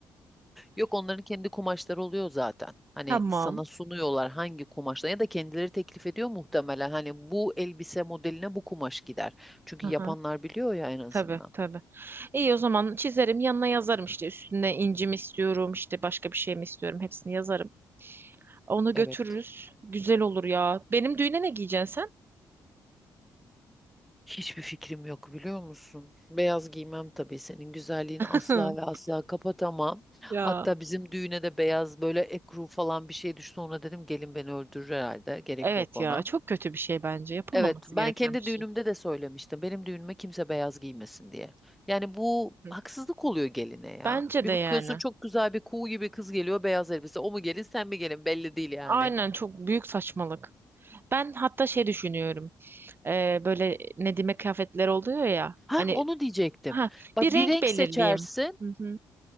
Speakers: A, in the centre; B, on the right (about 35°).
A: Yok onların kendi kumaşları oluyor zaten.
B: <laughs>
A: Hani
B: Tamam.
A: sana sunuyorlar hangi kumaşla ya da kendileri teklif ediyor muhtemelen. Hani bu elbise modeline bu kumaş gider. Çünkü
B: Aha.
A: yapanlar biliyor ya en azından.
B: Tabii tabii. İyi o zaman çizerim yanına yazarım işte üstüne inci mi istiyorum işte başka bir şey mi istiyorum hepsini yazarım. Onu
A: Evet.
B: götürürüz. Güzel olur ya. Benim düğüne ne giyeceksin
A: Hiçbir fikrim yok biliyor musun? Beyaz giymem tabii senin güzelliğini asla
B: sen?
A: ve asla
B: <laughs>
A: kapatamam. Hatta
B: Ya.
A: bizim düğüne de beyaz böyle ekru falan bir şey düştü. Ona dedim gelin beni öldürür herhalde. Gerek
B: Evet
A: yok ona.
B: ya çok kötü bir şey bence. Yapılmaması
A: Evet ben
B: gereken
A: kendi
B: bir şey.
A: düğünümde de söylemiştim. Benim düğünüme kimse beyaz giymesin diye. Yani bu
B: Hı.
A: haksızlık oluyor geline ya.
B: Bence
A: Bir
B: de
A: bakıyorsun
B: yani.
A: çok güzel bir kuğu gibi kız geliyor beyaz elbise. O mu gelin sen mi gelin belli değil yani.
B: Aynen çok büyük saçmalık. Ben hatta şey düşünüyorum. Ee, böyle Nedim'e kıyafetler oluyor ya.
A: Ha
B: Hani
A: onu diyecektim.
B: ha
A: Bak
B: bir
A: bir
B: renk
A: renk
B: belirleyeyim.
A: seçersin.
B: Hı hı.